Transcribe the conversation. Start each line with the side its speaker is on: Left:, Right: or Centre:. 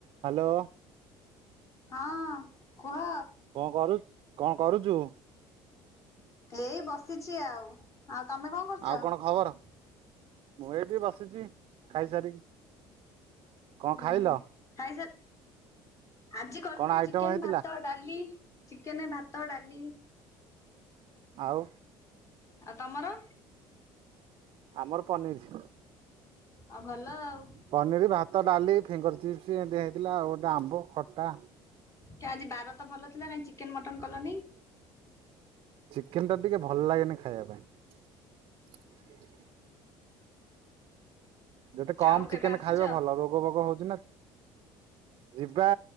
Right: Hello.
Left: ହଁ କୁହ
Right: କଣ କରୁ କଣ କରୁଚୁ?
Left: ଏଇ ବସିଛି ଆଉ। ଆଉ ତମେ କଣ କରୁଚ?
Right: ଆଉ ଖବର? ମୁଁ ଏଇଠି ବସିଛି ଖାଇସାରିକି କଣ
Left: ହୁଁ
Right: ଖାଇଲ?
Left: ହୁଁ ଖାଇସାର ଆଜି କରିଥିଲୁ
Right: କଣ ଆଇଟମ
Left: ଚିକେନ,
Right: ହେଇଥିଲା
Left: ଭାତ ଡାଲି, ଚିକେନ, ଭାତ, ଡାଲି
Right: ଆଉ
Left: ଆଉ ତମର?
Right: ଆମର ପନିର
Left: ଆଉ ଭଲ ଆଉ
Right: ପନିର, ଭାତ, ଡାଲ ଫିଙ୍ଗର ଚିପ୍ସ, ଏତିଆ ଦିଆଯାଇଥିଲା, ଆଉ ଗୋଟେ ଆମ୍ବ ଖଟା।
Left: କି ଆଜି ବାର ତ ଭଲ ଥିଲା ନାଇ ଚିକେନ ମଟନ କଲନି?
Right: ଚିକେନ ଟା ଟିକେ ଭଲ ଲାଗେନି ଖାଇବା ପାଇଁ। ଯେତେ କମ
Left: ଆଉ କେବେ
Right: ଚିକେନ
Left: ଆସୁଛ?
Right: ଖାଇବ ଭଲ ରୋଗ ବୋଗ ହୋଉଚି ନା ଯିବା